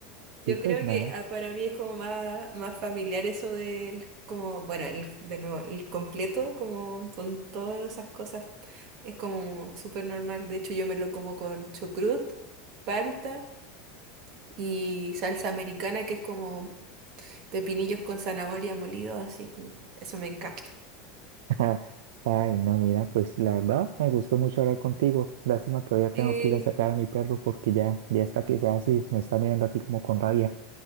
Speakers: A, on the right; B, on the right.
A: Y
B: Yo
A: pues
B: creo
A: nada,
B: que ah, para mí es como más, más familiar eso del, como, bueno, el, de nuevo, el completo, como con todas esas cosas, es como súper normal. De hecho, yo me lo como con chucrut, palta y salsa americana, que es como Pepinillos con zanahoria molidos, así como. Eso me encanta.
A: <laughs> ay no, mira, pues la verdad me gustó mucho hablar contigo. Lástima que ahora tengo
B: Sí.
A: que ir a sacar a mi perro porque ya, ya está que se hace, me está mirando aquí como con rabia.